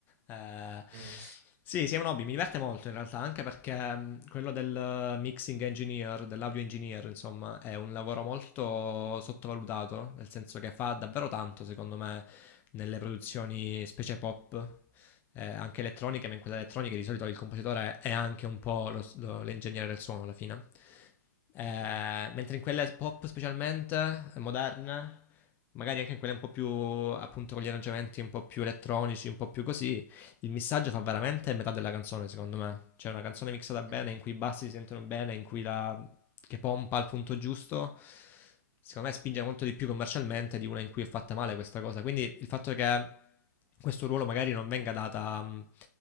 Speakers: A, on the left; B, on the right.
A: eh,
B: Mm,
A: sì, sì, è un hobby, mi diverte molto in realtà, anche perché mh, quello del mixing engineer, dell'audio engineer, insomma, è un lavoro molto sottovalutato, nel senso che fa davvero tanto, secondo me, nelle produzioni specie pop eh, anche elettronica, ma in quella elettronica di solito il compositore è anche un po' lo- lo- l'ingegnere del suono alla fine. Eh,
B: ok.
A: mentre in quelle pop specialmente, eh, moderne, magari anche in quelle un po' più appunto con gli arrangiamenti un po' più elettronici, un po' più così, il missaggio fa veramente metà della canzone secondo me. C'è una canzone mixata bene
B: Mm,
A: in cui i bassi si sentono bene, in cui la che pompa al punto giusto, secondo me spinge molto di più commercialmente di una in cui è fatta male questa cosa. Quindi il fatto che questo ruolo magari non venga data mh,